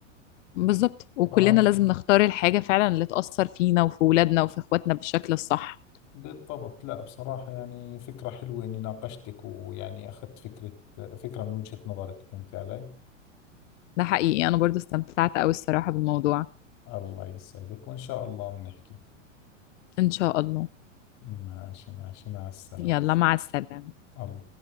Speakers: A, on the left; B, on the left.
A: بالظبط وكلنا
B: برضه
A: لازم نختار الحاجه فعلا اللي تاثر فينا وفي ولادنا وفي اخواتنا بالشكل الصح
B: بالضبط لا بصراحة يعني فكرة حلوة إني ناقشتك ويعني أخذت فكرة فكرة من وجهة نظرك فهمت علي؟
A: ده حقيقي انا برضو استمتعت قوي الصراحه بالموضوع
B: الله يسعدك وإن شاء الله بنحكي
A: ان شاء الله
B: ماشي ماشي مع السلامة
A: يلا مع السلامه
B: الله